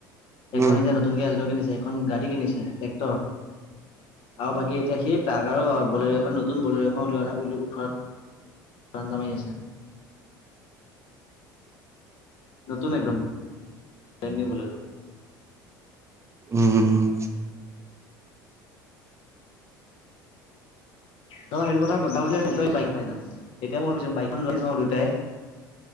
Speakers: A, on the left; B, on the right.
A: এখন
B: উম
A: এতিয়া নতুনকে এল্ট কিনিছে এখন গাড়ী কিনিছে ট্ৰেক্টৰ আৰু বাকী এতিয়া সি সেই তাক আৰু বলেৰেখন নতুন বলেৰেখন উলিওৱা উঠোৱা ৰাণ্ডা মাৰি আছে। নতুন একদম, ব্ৰেণ্ড নিউ বলেৰ'।
B: উম, উম, উম।
A: তই সেইটো কথা <unintelligible> তই বাহিৰৰ পাই যাম। এতিয়াও ভাবি চাওঁ বাইকখন লৈ যাওঁ দুটাই।